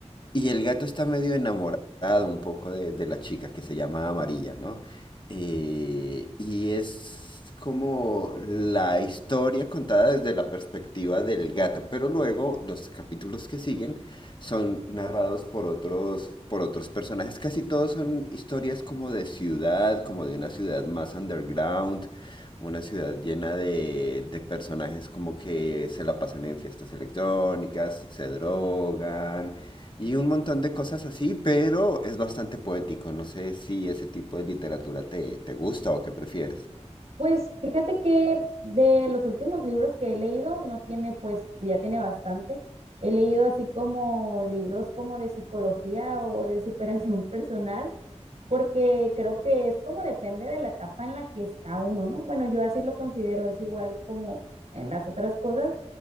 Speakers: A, on the left; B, on the right.
A: y el gato está medio enamorado un poco de, de la chica que se llama Amarilla, ¿no? Eh, y es como la historia contada desde la perspectiva del gato, pero luego los capítulos que siguen son narrados por otros, por otros personajes. Casi todos son historias como de ciudad, como de una ciudad más underground, una ciudad llena de, de personajes como que se la pasan en fiestas electrónicas, se drogan, y un montón de cosas así, pero es bastante poético. No sé si ese tipo de literatura te, te gusta o qué prefieres.
B: Pues fíjate que de los últimos libros que he leído, no tiene, pues ya tiene bastante. He leído así como libros como de psicología o de superación <laughs> personal, porque creo que es como depende de la etapa en la que está uno, ¿no? Bueno, yo así lo considero, es igual como en las otras cosas.